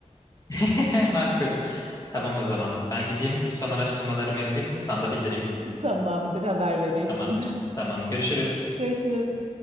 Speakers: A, on the left; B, on the right.
A: <laughs> Makul. Tamam o zaman. Ben gideyim son araştırmalarımı yapayım. Sana da bildireyim.
B: <laughs> Tamamdır haber verirsin.
A: Tamam. Tamam. Görüşürüz.
B: <laughs> Görüşürüz.